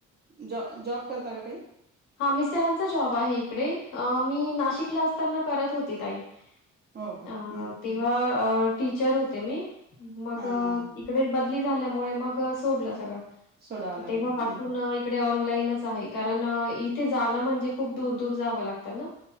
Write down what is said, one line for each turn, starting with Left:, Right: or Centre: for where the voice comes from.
Right: जॉ जॉब करता का काही
Left: हा मिस्टरांचा जॉब आहे इकडे मी नाशिकला असताना करत होते ताई
Right: हो का
Left: अ
Right: हम्म
Left: तेव्हा
Right: हम्
Left: अ टीचर होते मी मग
Right: हा हा
Left: इकडे बदली झाल्यामुळे मग सोडलं सगळं
Right: सोडावा लागला
Left: तेव्हा पासून
Right: हम्
Left: इकडे ऑन आहे कारण इथे जाणं म्हणजे खूप दूर दूर जावं लागतं ना